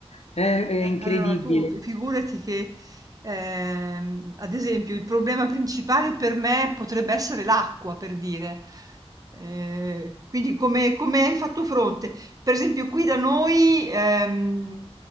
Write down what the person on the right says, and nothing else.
Eh,
allora, tu fi- figurati che, ehm, ad esempio, il problema principale per me potrebbe essere l'acqua, per dire. Eh, quindi come, come hai fatto fronte? Per esempio, qui da noi, ehm,